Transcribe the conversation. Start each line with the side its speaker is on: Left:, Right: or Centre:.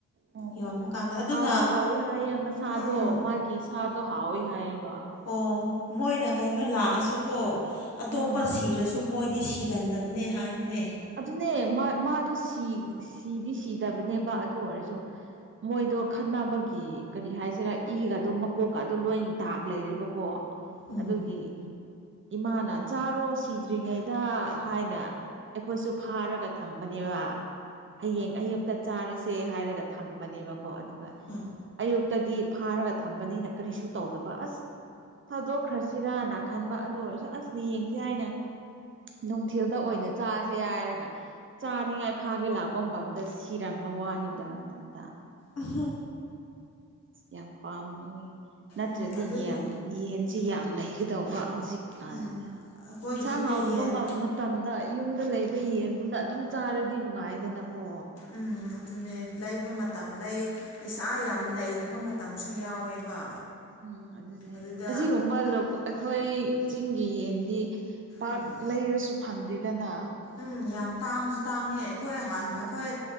Right: ꯑꯣ
Left: ꯌꯣꯟꯕ
Right: ꯑꯣ
Left: ꯀꯥꯟꯗ ꯑꯗꯨꯅ
Right: ꯍꯥꯎꯗꯤ ꯍꯥꯎꯋꯦ ꯍꯥꯏꯌꯦ ꯃꯁꯥꯗꯣ
Left: ꯎꯝ
Right: ꯃꯥꯒꯤ ꯁꯥꯗꯣ ꯍꯥꯎꯋꯦ ꯍꯥꯏꯌꯦꯕ
Left: ꯑꯣ ꯃꯣꯏꯅ ꯀꯩꯅꯣ ꯂꯥꯛꯑꯁꯨꯀꯣ ꯑꯇꯣꯞꯄ
Right: ꯑꯥ
Left: ꯁꯤꯔꯁꯨ ꯃꯣꯏꯗꯤ ꯁꯤ ꯁꯤꯒꯟꯗꯕꯅꯦ ꯍꯥꯏꯕꯅꯦ
Right: ꯑꯗꯨꯅꯦ ꯃꯥꯗ ꯁꯤꯗꯤ ꯁꯤꯗꯕꯅꯦꯕ ꯑꯗꯨ ꯑꯣꯏꯔꯁꯨ ꯃꯣꯏꯗꯣ ꯈꯠꯅꯕꯒꯤ ꯀꯔꯤ ꯍꯥꯏꯁꯤꯔ ꯏꯒꯗ ꯃꯀꯣꯛꯀ ꯑꯗꯨꯝ ꯂꯣꯏ ꯗꯥꯛ ꯂꯩꯔꯦꯕꯀꯣ
Left: ꯎꯝ
Right: ꯑꯗꯨꯒꯤ ꯏꯃꯥꯅ ꯆꯥꯔꯣ ꯁꯤꯗ꯭ꯔꯤꯉꯩꯗ ꯍꯥꯏꯅ ꯑꯩꯈꯣꯏꯁꯨ ꯐꯥꯔꯒ ꯊꯝꯕꯅꯦꯕ ꯍꯌꯦꯡ ꯑꯌꯨꯛ ꯇ ꯆꯥꯔꯁꯦ ꯍꯥꯏꯔꯒ ꯊꯝꯕꯅꯦꯕꯀꯣ ꯑꯗꯨꯒ
Left: ꯍꯥꯥ
Right: ꯑꯌꯨꯛꯇꯗꯤ ꯐꯥꯔꯒ ꯊꯝꯕꯅꯤꯅ ꯀꯔꯤꯁꯨ ꯇꯧꯗꯕ ꯑꯁ ꯊꯥꯗꯣꯛꯈ꯭ꯔꯁꯤꯔꯅ ꯈꯟꯕ ꯑꯗꯨ ꯑꯣꯏꯔꯁꯨ ꯑꯁꯅ ꯌꯦꯡꯁ ꯍꯥꯏꯅ ꯅꯨꯡꯊꯤꯜꯗ ꯑꯣꯏꯅ ꯆꯥꯁꯦ ꯍꯥꯏꯔꯒ ꯆꯥꯅꯤꯡꯉꯥꯏ ꯐꯥꯒꯦ ꯂꯥꯛꯄ ꯃꯗ ꯁꯤꯔꯝꯕ ꯋꯥꯅꯤꯗ ꯃꯊꯟꯇ
Left: ꯑꯍꯥ
Right: ꯌꯥꯝ ꯄꯥꯝꯃꯨ ꯋꯦ ꯅꯠꯇ꯭ꯔꯗꯤ
Left: ꯎꯝ ꯑꯗꯨꯅꯦ
Right: ꯌꯦꯟ ꯌꯦꯟꯁꯤ ꯌꯥꯝ ꯂꯩꯒꯗꯧꯕ ꯍꯧꯖꯤꯛꯀꯥꯟꯅꯤ
Left: ꯎꯝ ꯑꯩꯈꯣꯏꯒꯤꯁꯨꯅꯦ
Right: ꯏꯟꯁꯥꯡ ꯍꯥꯎꯗ
Left: ꯌꯦꯟ
Right: ꯃꯇꯝꯗ ꯌꯨꯝꯗ ꯂꯩꯕ ꯌꯦꯟꯗꯨꯅ ꯑꯗꯨꯝ ꯆꯥꯔꯗꯤ ꯅꯨꯡꯉꯥꯏꯗꯅꯀꯣ
Left: ꯎꯝ ꯑꯗꯨꯅꯦ ꯂꯩꯕ ꯃꯇꯝ ꯂꯩ ꯄꯩꯁꯥ ꯌꯥꯝ ꯂꯩꯇꯕ ꯃꯇꯝꯁꯨ ꯌꯥꯎꯋꯦꯕ
Right: ꯎꯝ ꯑꯗꯨꯅꯦ
Left: ꯑꯗꯨꯗ
Right: ꯑꯁꯤꯒꯨꯝꯕ ꯑꯩꯈꯣꯏ ꯆꯤꯡꯒꯤ ꯌꯦꯟꯗꯤ ꯄꯥꯥꯛ
Left: ꯎꯝ
Right: ꯂꯩꯔꯁꯨ ꯐꯪꯗꯦꯗꯅ
Left: ꯎꯝ ꯌꯥꯝ ꯇꯥꯡꯁꯨ ꯇꯥꯡꯉꯦ ꯑꯩꯈꯣꯏ ꯍꯥꯟꯅ
Right: ꯎꯝ
Left: ꯑꯩꯈꯣꯏ